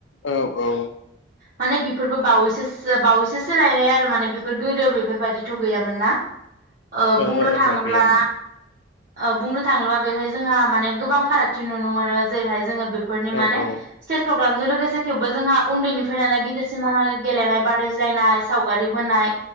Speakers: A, on the left; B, on the right.
A: औ औ
B: माने बेफोरबो बावैसो बावैसो सोलायनाय आरो माने बेफोर गोदो बेफोरबायादिथ गैयामोन ना ओ
A: ओहो
B: बुंनो थाङोब्ला
A: गैयामोन
B: ओ बुंनो थाङोबा बेहाय जोंहा माने गोबां फारागथि नुनो मोनो जेरैहाय जोङो फोरनि
A: औ
B: माने
A: औ
B: सेज <unintelligible> लोगोसे थेवबो जोंहा उन्दैनिफ्रायैनानै गिदिरसिमहा लागै गेलेनाय बा रायज्लायनाय सावगारि बोनाय,